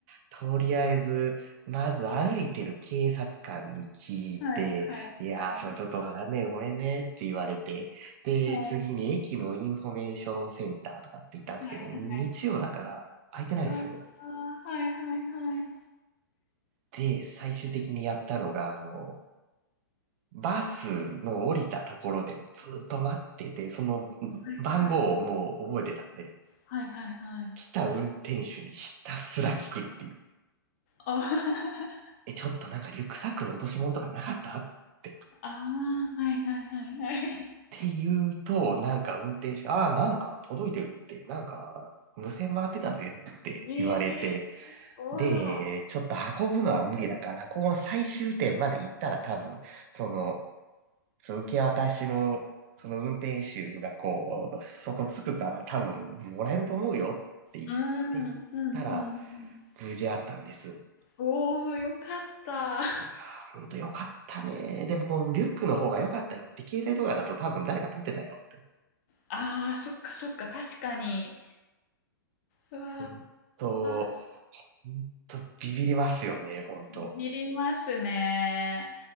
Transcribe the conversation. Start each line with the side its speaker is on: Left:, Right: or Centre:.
Right: とりあえず、まず歩いてる警察官に聞いて、
Left: はいはい。
Right: いやー、
Left: はい。
Right: それちょっとわかんねえ、ごめんねって言われて、で、
Left: は
Right: 次に駅のインフォメーションセンターとかって言ったんですけど、
Left: いはい。はい
Right: 日曜だから空いてないんですよ。
Left: ああ、はいはいはい。は
Right: で、最終的にやったのが、あの、バスの降りたところでずっと待ってて、その番号をもう覚えてたんで、
Left: いはい。はいはいはい。
Right: 来た運転手にひたすら聞くっていう。
Left: あ <laughs>
Right: え、ちょっとなんかリュックサックの落とし物とかなかったって
Left: ああ、はいはいはいはい。
Right: て言うと、なんか運転手、ああ、なんか届いてるって、なんか無線回ってたぜって言われて、
Left: ええーわ
Right: で、ちょっと運ぶのは無理だから、この最終点まで行ったら多分、その、その受け渡しの、その運転手がこう、そこ着くから多分もらえると思うよって言って行ったら、
Left: うーん、うんうんうん。
Right: 無事あったんです。
Left: おお、よかった。あ
Right: いやー、ほんとよかったね。でも、リュックの方が良かったよって、携帯とかだと多分誰か取ってたよって。
Left: あ、そっかそっか、確かに。うわ
Right: うんと、
Left: あ、
Right: ほんとビビりますよね、ほんと。
Left: ビビりますね。